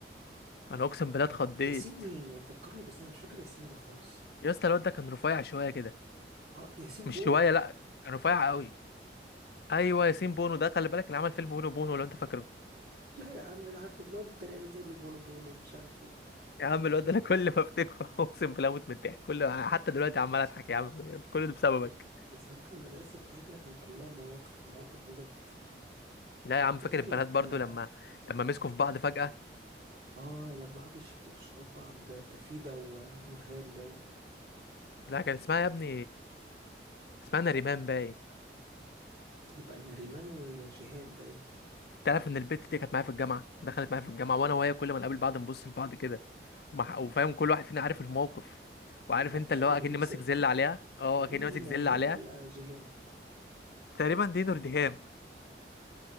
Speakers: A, on the left; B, on the right.
A: انا اقسم بالله اتخضيت
B: ياسين مين فكرني بياسين مش فاكر ياسين ده خالص
A: يا اسطى الواد ده كان رفيع شويه كده
B: اه ياسين بونو
A: مش شويه لا كان رفيع قوي ايوه ياسين بونو ده خلي بالك اللي عمل فيلم بونو بونو لو انت فاكره
B: <laughs> لا يا عم ده احنا كنا بنقعد نتريق عليه نقول له بونو بونو مش عارف ايه
A: يا عم الواد ده انا كل ما افتكره <laughs> اقسم بالله اموت من الضحك كل حتى دلوقتي عمال اضحك يا عم كل ده بسببك
B: ب... بصراحة المدرسة بتاعتنا كان كلها مواقف مواقف بجد
A: لا
B: انا
A: يا عم
B: افتكر
A: فاكر البنات
B: لك
A: برضو
B: اه
A: لما لما
B: مم.
A: مسكوا في بعض فجأة
B: آه، لما قعدوا يشتوا في شعور بعض تفيدة ونورهان باين
A: لا كان اسمها يا ابني اسمها نريمان باين
B: يبقى نريمان وجيهان باين
A: تعرف ان البت دي كانت معايا في الجامعة دخلت معايا في الجامعة وانا وهي كل ما نقابل بعض نبص لبعض كده ومع- وفاهم كل واحد فينا عارف الموقف وعارف
B: محدش
A: انت اللي
B: فيكم
A: هو اكني
B: بيجيب
A: ماسك
B: سيرته
A: زل عليها اه
B: ده
A: اكني
B: مين دي
A: ماسك
B: ناريهان
A: زل عليها
B: ولا جيهان
A: تقريبا دي نور دهام